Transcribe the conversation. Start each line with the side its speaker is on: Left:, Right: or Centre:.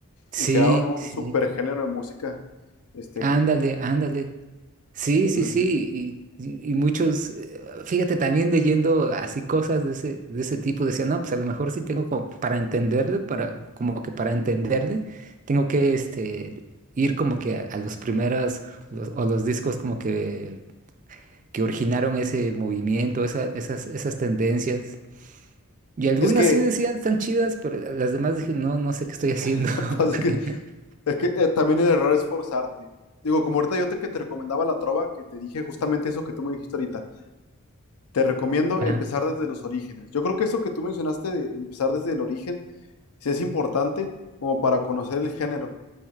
Right: Sí,
Left: y crearon
Right: sí,
Left: un super género de música. Este,
Right: ándale, ándale. Sí,
Left: entonces,
Right: sí, sí.
Left: sí,
Right: Y, y- y muchos, eh, fíjate, también leyendo así cosas de ese, de ese tipo, decían, no, pues a lo mejor sí tengo como para entenderle, para, como que para entenderle, tengo que este, ir como que a, a los primeros los- o los discos como que, que originaron ese movimiento, esa- esas, esas tendencias. Y algunas
Left: es que,
Right: sí decían, están chidas, pero las demás dije, no, no sé qué estoy haciendo.
Left: <laughs> pues, es que,
Right: <laughs>
Left: es que eh, también el error es forzarte. Digo, como ahorita yo te, que te recomendaba la trova, que te dije justamente eso que tú me dijiste ahorita. Te recomiendo
Right: Ajá,
Left: empezar desde los orígenes. Yo creo que eso que tú mencionaste de empezar desde el origen sí es importante como para conocer el género.